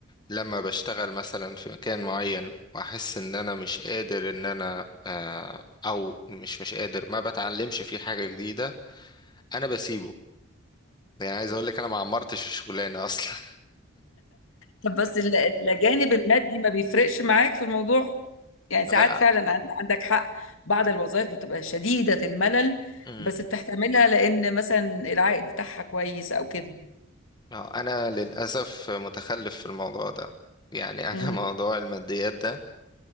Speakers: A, on the left; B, on the left.
A: لما بشتغل مثلا في مكان معين واحس ان انا مش قادر ان انا آه، او مش مش قادر ما بتعلمش فيه حاجة جديدة انا بسيبه يعني عايز اقول لك انا ما عمرتش في شغلانة اصلا
B: طب بس ال- الجانب المادي ما بيفرقش معاك في الموضوع يعني
A: <laughs>
B: ساعات
A: ف-
B: فعلا عن- عندك حق بعض الوظائف بتبقى شديدة الملل
A: مم.
B: بس بتحتملها لأن مثلا العائد بتاعها كويس أو كده
A: آه، انا للاسف متخلف في الموضوع ده يعني انا
B: مم.
A: <laughs> موضوع الماديات ده